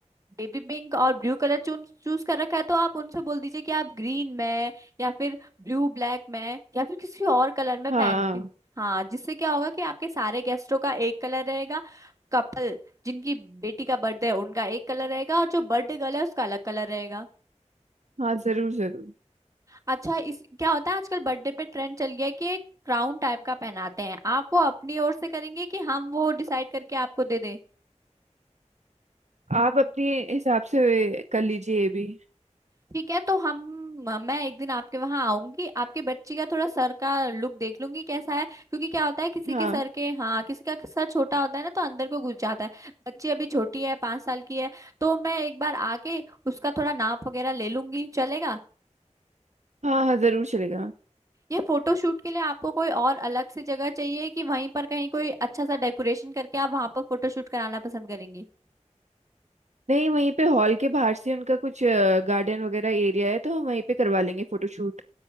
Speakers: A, on the right; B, on the right.
A: बेबी पिंक और ब्लू कलर चूज चूज कर रखा है तो आप उनसे बोल दीजिए कि आप ग्रीन में या फिर ब्लू ब्लैक में या फिर किसी और कलर में
B: हाँ
A: पहन के हाँ जिससे क्या होगा कि आपके सारे गेस्टों का एक कलर रहेगा कपल जिनकी बेटी का बर्थडे है उनका एक कलर रहेगा और जो बर्थडे गर्ल है उसका अलग कलर रहेगा
B: हाँ जरूर जरूर
A: अच्छा इस क्या होता है आजकल बर्थडे पे ट्रेंड चल गया है कि एक क्राउन टाइप का पहनाते हैं आप वो अपनी ओर से करेंगे कि हम वो डिसाइड करके आपको दे दें
B: आप अपने हिसाब से कर लीजिए ये भी
A: ठीक है तो हम मैं एक दिन आपके वहां आऊंगी आपके बच्ची का थोड़ा सर का लुक देख लूंगी कैसा है क्योंकि क्या होता है किसी
B: हाँ
A: के सर के हाँ किसी का सर छोटा होता है ना तो अंदर को घुस जाता है बच्ची अभी छोटी है पांच साल की है तो मैं एक बार आके उसका थोड़ा नाप वगैरह ले लूंगी चलेगा
B: हाँ हाँ जरूर चलेगा
A: ये फोटोशूट के लिए आपको कोई और अलग से जगह चाहिए कि वहीं पर कहीं कोई अच्छा सा डेकोरेशन करके आप वहां पर फोटोशूट कराना पसंद करेंगी
B: नहीं वहीं पे हॉल के बाहर से उनका कुछ गार्डन वगैरह एरिया है तो हम वहीं पे करवा लेंगे फोटोशूट